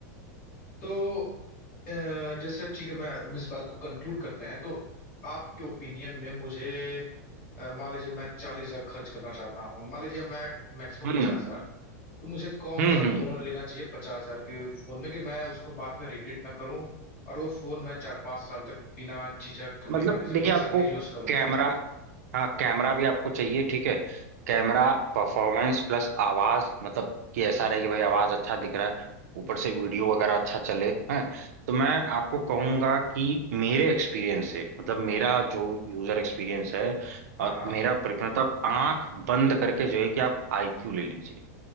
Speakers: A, on the left; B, on the right.
A: तो अ, जैसे ठीक है मैं अब इस बात को कंक्लूड करते हैं तो आपके ओपिनियन में मुझे अ, मान लीजिए मैं चालीस हजार खर्च करना चाहता हूँ मान लीजिए मैं मैक्सिमम
B: हम्म
A: पचास हजार तो मुझे कौन
B: हम्म
A: सा
B: हम्म
A: फोन लेना चाहिए पचास हजार के फोन में कि मैं उसको बाद में रिग्रेट ना करूं और वो फोन मैं चार पांच साल तक बिना झिझक
B: मतलब
A: बिना किसी
B: देखिए
A: परेशानी
B: आपको
A: के यूज करूं
B: कैमरा हाँ कैमरा भी आपको चाहिए ठीक है कैमरा
A: हम्म
B: परफॉर्मेंस प्लस आवाज मतलब कि ऐसा रहे कि भाई आवाज अच्छा दिख रहा है ऊपर से वीडियो वगैरह अच्छा चले हैं तो मैं आपको कहूंगा कि मेरे एक्सपीरियंस से मतलब मेरा जो यूजर एक्सपीरियंस है
A: हाँ
B: और मेरा प्रेफरेंस आप आंख बंद करके जो है कि आप आईक्यू ले लीजिए